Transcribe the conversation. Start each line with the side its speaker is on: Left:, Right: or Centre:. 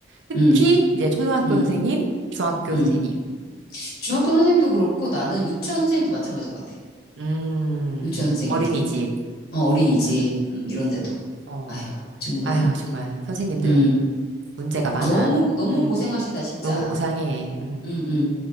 Right: 특히
Left: 응.
Right: 이제 초등학교
Left: 응.
Right: 선생님, 중학교
Left: 응.
Right: 선생님.
Left: 중학교 선생님도 그렇고 나는 유치원 선생님도 마찬가지인 것 같아.
Right: 음,
Left: 유치원 선생님도,
Right: 어린이집.
Left: 어, 어린이집,
Right: 음,
Left: 음, 이런 데도.
Right: 어.
Left: 아유, 정말,
Right: 아휴, 정말 선생님들
Left: 음,
Right: 문제가 많아.
Left: 너무, 너무
Right: 음,
Left: 고생하신다, 진짜.
Right: 너무 고상해. 음.
Left: 음, 음.